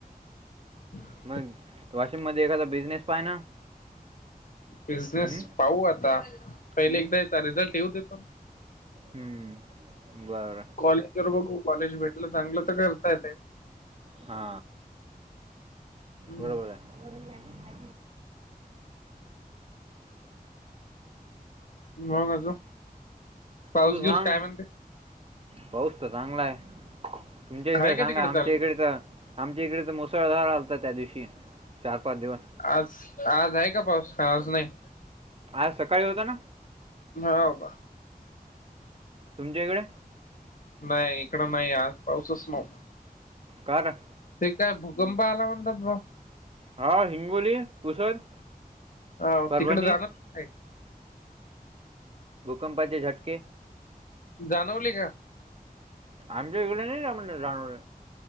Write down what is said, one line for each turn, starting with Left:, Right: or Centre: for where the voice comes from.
Left: ह
Right: मग वाशिम मध्ये एखादा बिझनेस पाय ना,
Left: बिझनेस
Right: हम्म,
Left: पाहू आता पहिले
Right: हम्म,
Left: एकदा यचा रिझल्ट येऊ देतो.
Right: हम्म बरं
Left: कॉलेज वर बघू कॉलेज भेटलं चांगलं तर करतायेत.
Right: हा
Left: हम्म
Right: बरोबर आहे.
Left: मंग अजून. पाऊस
Right: तू
Left: बिऊस
Right: सांग
Left: काय म्हणते?
Right: पाऊस तर चांगलाय. तुमच्या
Left: आहे
Right: इकडे
Left: का
Right: सांगा
Left: तिकडे
Right: आमच्या
Left: चालू?
Right: इकडे तर आमच्या इकडे तर मुसळधार आलत त्या दिवशी चार पाच दिवस
Left: आज आज आहे का पाऊस आज नाही.
Right: आज सकाळी होत ना.
Left: हा का.
Right: तुमच्या इकडे
Left: नाही इकडं नाही आज पाऊसच नव्हतो.
Right: कार
Left: ते काय भूकंप आला म्हणतात भा
Right: हा हिंगोली पुसद.
Left: ह
Right: परभणी
Left: तिकडे जाणार
Right: भूकंपाचे झटके.
Left: जाणवली का.
Right: आमही इकडे नाही त्या म्हण जानवल.